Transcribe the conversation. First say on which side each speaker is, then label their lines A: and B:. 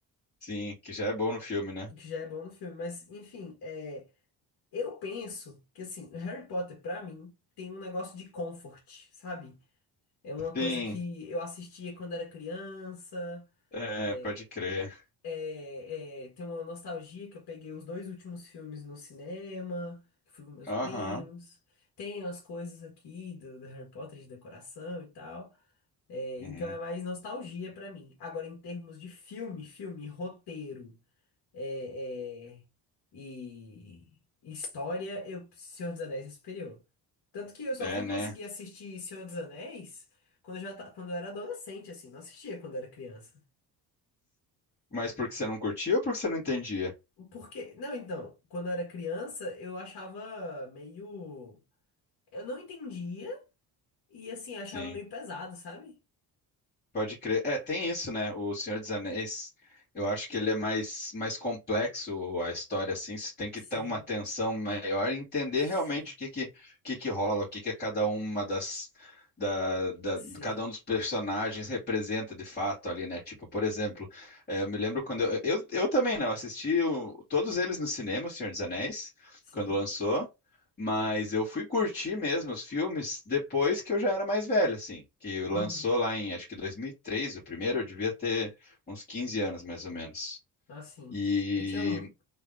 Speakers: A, on the left (about 25°); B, on the left (about 65°).
A: sim, que já é bom no filme, né?
B: O que já é bom no filme. Mas, enfim, é. Eu penso que, assim, Harry Potter, pra mim, tem um negócio de comfort, sabe? É uma coisa
A: Sim,
B: que eu assistia quando era criança.
A: é,
B: É,
A: pode crer.
B: é, é, tem uma nostalgia que eu peguei os dois últimos filmes no cinema, que fui com meus
A: Aham,
B: primos. Tem as coisas aqui do, do Harry Potter de decoração e tal. É, então
A: uhum.
B: é mais nostalgia pra mim. Agora, em termos de filme, filme, roteiro é, é, e história, eu, Senhor dos Anéis é superior. Tanto que eu só
A: É,
B: fui
A: né?
B: conseguir assistir Senhor dos Anéis quando eu já ta- quando eu era adolescente, assim, não assistia quando eu era criança.
A: Mas porque você não curtia ou porque você não entendia?
B: Porque, não, então, quando eu era criança, eu achava meio, eu não entendia e assim, achava
A: Sim.
B: meio pesado, sabe?
A: Pode crer. É, tem isso, né? O Senhor dos Anéis, eu acho que ele é mais, mais complexo a história, assim. Você tem que
B: Sim,
A: ter uma atenção maior e entender
B: sim,
A: realmente o que que, o que que rola, o que que é cada uma das, da, da-
B: sim,
A: cada um dos personagens representa de fato ali, né? Tipo, por exemplo, é, eu me lembro quando eu, eu, eu também, né? Eu assisti o- todos eles no cinema, o Senhor dos Anéis,
B: sim.
A: quando lançou. Mas eu fui curtir mesmo os filmes depois que eu já era mais velho, assim. Que lançou
B: Uhum.
A: lá em, acho que 2003, o primeiro, eu devia ter uns 15 anos, mais ou menos.
B: Assim,
A: E
B: eu tinha um.